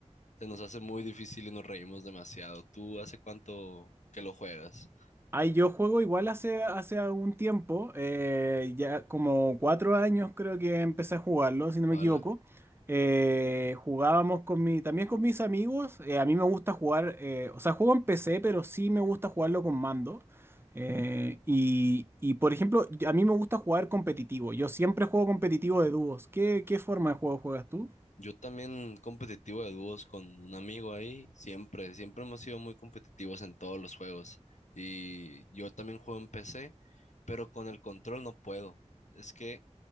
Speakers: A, on the left; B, on the right.
A: Se nos hace muy difícil y nos reímos demasiado. ¿Tú hace cuánto que lo juegas?
B: Ay, yo juego igual hace, hace algún tiempo, eh, ya como cuatro años creo que empecé a jugarlo, si no me
A: Hola.
B: equivoco. Eh, jugábamos con mi, también con mis amigos. eh, a mí me gusta jugar, eh, o sea, juego en PC, pero sí me gusta jugarlo con mando. Eh, y, y, por ejemplo, yo- a mí me gusta jugar competitivo. Yo siempre juego competitivo de dúos. ¿Qué, qué forma de juego juegas tú?
A: Yo también competitivo de dúos con un amigo ahí, siempre, siempre hemos sido muy competitivos en todos los juegos. Y yo también juego en PC, pero con el control no puedo. Es que